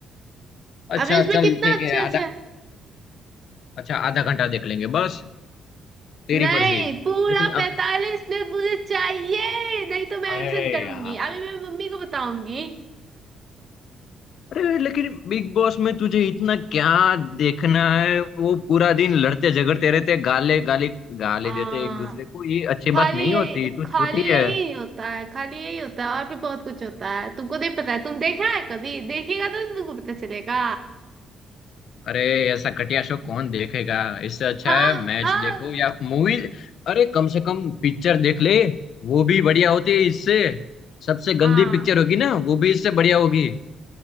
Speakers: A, on the left (about 65°); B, on the right (about 40°).
A: अच्छा
B: अभी उसमें
A: चल
B: कितना
A: ठीक
B: अच्छा
A: है
B: अच्छा
A: आधा अच्छा आधा घंटा देख लेंगे बस तेरी
B: नहीं
A: मर्जी
B: पूरा
A: लेकिन
B: पैतालीस
A: अब
B: मिनट मुझे चाहिए नहीं तो मैं
A: अरे
B: अनशन करूंगी
A: यार
B: अभी मैं मम्मी को बताऊंगी
A: अरे लेकिन बिग बॉस में तुझे इतना क्या देखना है वो पूरा दिन लड़ते झगड़ते रहते गाले गाली गाली
B: हाँ
A: देते एक दूसरे को ये अच्छी
B: खाली
A: बात
B: यही
A: नहीं होती तू
B: खाली
A: छोटी
B: यही
A: है
B: होता है खाली यही होता है और भी बहुत कुछ होता है तुमको नहीं पता है तुम देखा है कभी देखिएगा तो तुमको पता चलेगा
A: अरे ऐसा घटिया शो कौन देखेगा इससे अच्छा
B: हम
A: है मैच
B: हम
A: देखो या मूवी अरे कम से कम पिक्चर देख ले वो भी बढ़िया होती है इससे सबसे
B: हाँ
A: गंदी पिक्चर होगी ना वो भी इससे बढ़िया होगी